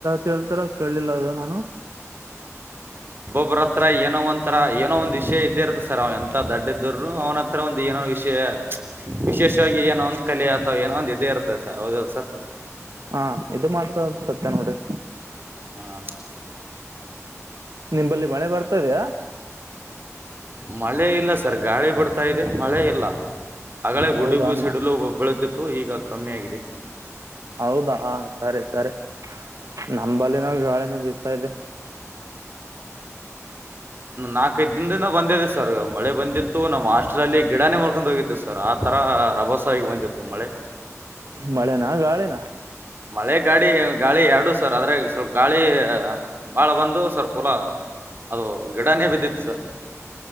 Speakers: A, on the right (about 80°); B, on the right (about 40°).
A: ಕೇಳ್ತಾರಾ ಅಂತ ನಾ ಕೇಳಿಲ್ಲ ಸರ್ ನಾನು
B: ಒಬ್ಬರತ್ರ ಏನೋ ಒಂಥರಾ ಏನೋ ಒಂದು ವಿಷಯ ಇದ್ದೇ ಇರುತ್ತೆ ಸರ್ <unintelligible> ಏನೋ ಒಂದು ಕಲೆ ಅಥವಾ ಏನೋ ಒಂದು ಇದ್ದೇ ಇರುತ್ತೆ ಸರ್
A: ಹಾ ಇದು ಮಾತ್ರ ಅ ಸತ್ಯ ನೋಡ್ರಿ
B: ಹಾ
A: ನಿಂಬಲ್ಲಿ ಮಳೆ ಬರ್ತದೆಯ
B: ಮಳೆ ಇಲ್ಲ ಸರ್ ಗಾಳಿ ಬಿಡ್ತಾ ಇದೆ ಮಳೆ ಇಲ್ಲ ಅಗಗಳೇ
A: ಹೌದಾ
B: ಗುಡುಗು
A: ಅನ್ನ
B: ಸಿಡಲು ಬೀಳುತ್ತಿತ್ತು ಈಗ ಕಮ್ಮಿಯಾಗಿದೆ
A: ಹೌದಾ ಸರಿ ಸರಿ ನಮ್ ಬಲ್ಲೆನು ಗಾಳಿ ಬೀಸ್ತಾ ಇದೆ
B: ನಾಲ್ಕು ಐದು ದಿನದಿಂದ ಬಂದಿದೆ ಸರ ಮಳೆ ಬಂದಿತ್ತು ನಮ್ ಹಾಸ್ಟೆಲಲ್ಲಿ ಗಿಡನೆ ಮುರ್ಕೊಂಡ್ ಹೋಗಿದೆ ಆತರ ರಭಸಕ್ಕೆಸರ್ ಬಂದಿತ್ತು ಮಳೆ
A: ಮಳೆನಾ ಗಾಳಿನಾ
B: ಮಳೆಗಾಡಿ ಗಾಳಿ ಎರಡೂ ಸರ್ ಅದ್ರಾಗ ಗಾಳಿ ಬಾಳ ಬಂದು ಸ್ವಲ್ಪ ಕುಲ ಅದು ಗಿಡನೇ ಬಿದ್ದಿತ್ತು ಸರ